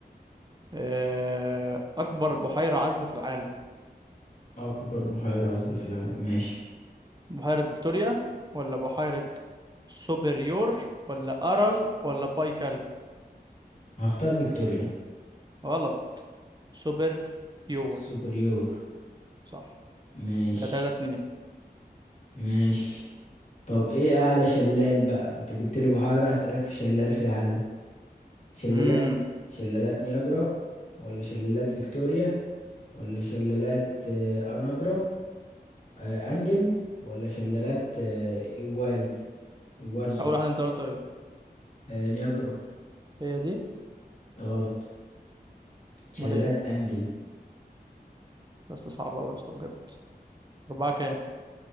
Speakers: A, on the right; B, on the left.
A: آه، أكبر بحيرة عذبة في العالم
B: أكبر بحيرة عذبة في العالم ماشي
A: بحيرة فيكتوريا ولا بحيرة سوبريور ولا أرل ولا بايكال
B: هختار فيكتوريا
A: غلط سوبريور
B: سوبريور
A: صح
B: ماشي
A: كده تلاتة اتنين
B: ماشي طب ايه اعلى شلال بقى انت جبت لي بحيرة هسألك في شلال في العالم شلالات
A: امم
B: شلالات نياجرا ولا شلالات فيكتوريا ولا شلالات آه، اناجرا آه، انجل ولا شلالات آه، اجوارز اجوارزو
A: أول واحد أنت قلته إيه
B: آه، نياجرا
A: هي دي
B: غلط شلالات
A: أمال إيه
B: انجل
A: بس صعبة أوي يا اسطى بجد أربعة كام